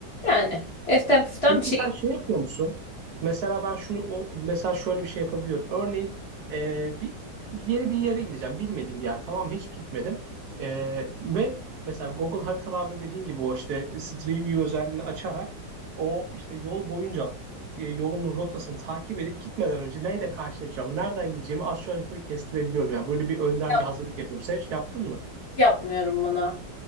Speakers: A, on the left; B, on the right.
A: yani eften püften
B: Peki
A: bir şey
B: sen şey yapıyor musun? Mesela ben şunu o mesela şöyle bir şey yapabiliyorum. Örneğin e, bir yeni bir yere gideceğim. Bilmediğim bir yer. Tamam mı? hiç gitmedim. E, ve mesela Google haritalarda dediğin gibi o işte Street View özelliğini açarak o işte yol boyunca e, yolumun rotasını takip edip gitmeden önce neyle karşılaşacağımı, nereden gideceğimi aşağı yukarı kestirebiliyorum ya. Böyle bir önden
A: yok.
B: bir hazırlık yapıyorum. Sen hiç yaptın mı?
A: Hiç yapmıyorum bunu.